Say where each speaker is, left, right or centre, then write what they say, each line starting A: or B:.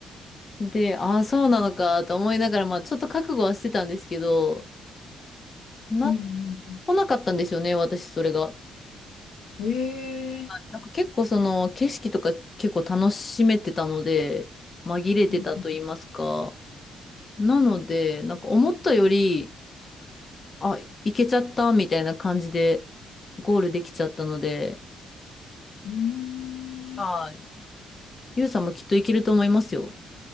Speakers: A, on the left; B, on the left.
A: で、ああ、そうなのかと思いながら、まあ、ちょっと覚悟はしてたんですけど、なっ
B: うんうん
A: 来なかったんですよね、私、それが。
B: へえ。
A: なんか結構その景色とか結構楽しめてたので、紛れてたと言いますか。
B: うん。
A: なので、なんか思ったより、あ、行けちゃったみたいな感じでゴールできちゃったので、
B: うーん。
A: はい。ゆうさんもきっと行けると思いますよ。